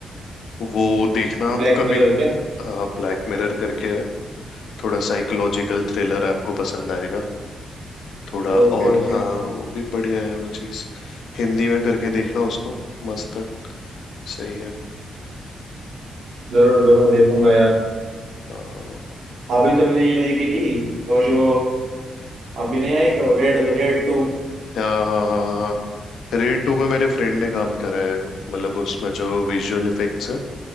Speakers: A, on the left (about 70°); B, on the right (about 70°).
A: वो देखना आप
B: ब्लैक
A: कभी
B: मिरर क्या
A: हाँ, ब्लैक मिरर करके है थोड़ा साइकोलॉजिकल थ्रिलर आपको पसंद आएगा थोड़ा
B: Okay
A: और
B: okay
A: हाँ वो भी बढ़िया है वो चीज हिंदी में करके देखना उसको मस्त है सही है
B: जरूर जरूर देखूंगा यार
A: हाँ
B: अभी तो मैंने ये देखी थी और जो
A: हम्म।
B: अभी नहीं आई क्या रेड रेड टू
A: हाँ हाँ हाँ हाँ रेड टू में मेरे फ्रेंड ने काम करा है मतलब उसमें जो विजुअल इफेक्ट्स है